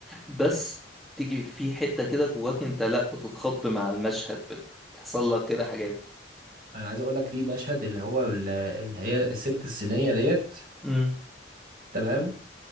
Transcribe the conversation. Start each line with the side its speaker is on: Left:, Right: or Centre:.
Centre: بس تيجي في حتة كده جواك انت لا بتتخض مع المشهد بيحصل لك كده حاجات
Right: أنا عايز أقول لك في مشهد اللي هو ال- اللي هي الست الصينية ديت
Centre: امم
Right: تمام